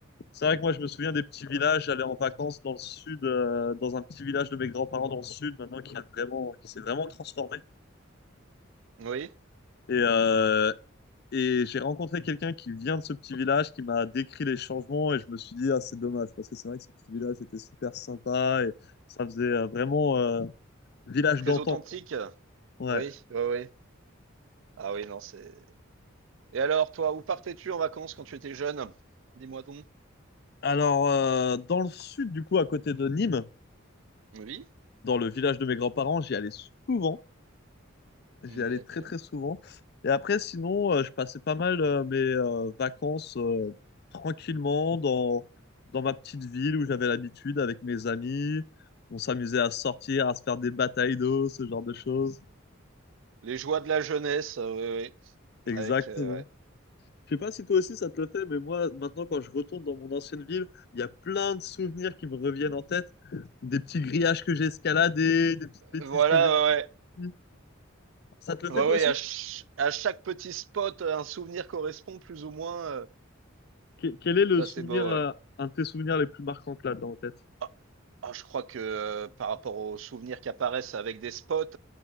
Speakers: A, on the left (about 50°); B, on the right (about 65°).
A: C'est vrai que moi, je me souviens des petits villages. J'allais en vacances dans le sud, euh, dans un petit village de mes grands-parents dans le sud, maintenant qui a vraiment, qui s'est vraiment transformé.
B: Oui,
A: Et, euh, et j'ai rencontré quelqu'un qui vient de ce petit village, qui m'a décrit les changements, et je me suis dit, ah, c'est dommage, parce que c'est vrai que ce petit village était super sympa, et ça faisait euh, vraiment euh, village
B: très
A: d'antan.
B: authentique.
A: quoi.
B: Oui,
A: Ouais.
B: oui, oui. Ah oui, non, c'est... Et alors, toi, où partais-tu en vacances quand tu étais jeune? Dis-moi donc.
A: Alors, euh, dans le sud, du coup, à côté de Nîmes,
B: Oui,
A: dans le village de mes grands-parents, j'y allais souvent. J'y allais
B: d'accord.
A: très très souvent. Et après, sinon, euh, je passais pas mal euh, mes euh, vacances euh, tranquillement dans, dans ma petite ville où j'avais l'habitude avec mes amis. On s'amusait à sortir, à se faire des batailles d'eau, ce genre de choses.
B: Les joies de la jeunesse, euh, oui,
A: Exactement.
B: oui. Avec, euh, ouais.
A: Je sais pas si toi aussi ça te le fait, mais moi, maintenant, quand je retourne dans mon ancienne ville, il y a plein de souvenirs qui me reviennent en tête. Des petits grillages que j'ai escaladés, des petites bêtises
B: Voilà,
A: que j'ai
B: ouais,
A: faites. Ça te le
B: ouais.
A: fait
B: Ouais,
A: toi
B: ouais,
A: aussi?
B: à, ch- à chaque petit spot, un souvenir correspond plus ou moins. euh,
A: Que- Quel est le
B: ça,
A: souvenir,
B: c'est beau,
A: euh,
B: ouais.
A: un de tes souvenirs les plus marquants que là, t'as en tête?
B: Ah, ah, je crois que euh, par rapport aux souvenirs qui apparaissent avec des spots,